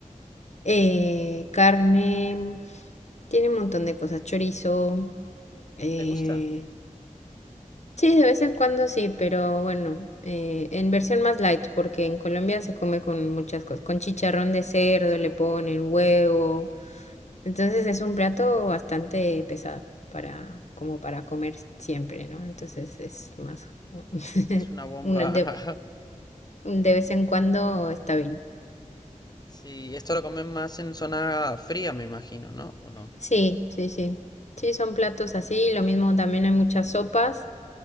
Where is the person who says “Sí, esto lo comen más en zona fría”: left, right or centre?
Left